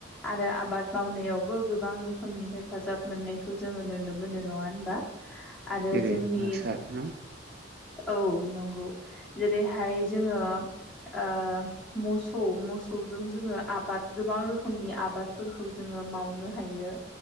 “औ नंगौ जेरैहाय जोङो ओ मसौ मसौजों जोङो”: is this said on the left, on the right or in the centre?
Centre